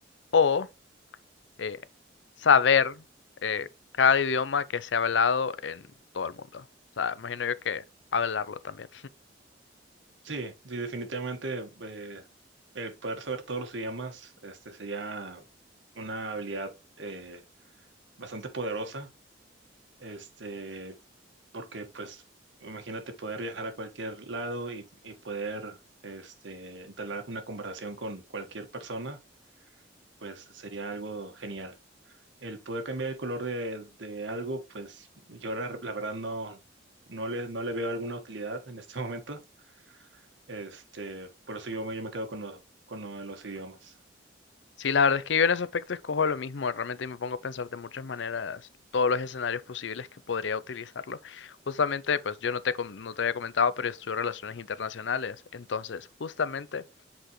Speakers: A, on the left; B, on the right.
A: o eh, saber eh, cada idioma que se ha hablado en todo el mundo. O sea, imagino yo que hablarlo también.
B: Sí, sí, definitivamente eh, el poder saber todos los idiomas este, sería una habilidad eh, bastante poderosa, este, porque pues imagínate poder viajar a cualquier lado y, y poder este, entablar una conversación con cualquier persona, pues sería algo genial. El poder cambiar el color de, de algo, pues yo la, la verdad no, no le, no le veo alguna utilidad en este <laughs> momento este, por eso yo me, yo me quedo con lo, con lo de los idiomas.
A: Sí, la verdad es que yo en ese aspecto escojo lo mismo, realmente me pongo a pensar de muchas maneras todos los escenarios posibles que podría utilizarlo. Justamente, pues yo no te, com- no te había comentado, pero estudio relaciones internacionales, entonces justamente